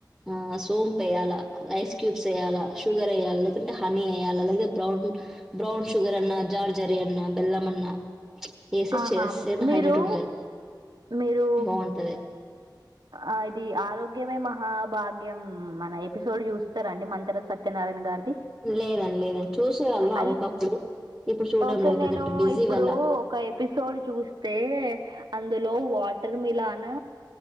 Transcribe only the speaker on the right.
ఆహా
మీరు
మీరు
ఆ ఇది ఆరోగ్యమే మహా భాగ్యం మన ఎపిసోడ్ చూస్తారం అండి మంతెన సత్యనారాయణ గారు
అయి
ఓకే
నేను
ఇప్పుడు
ఒక ఎపిసోడ్ చూస్తే అందులో వాటర్ మిలాన్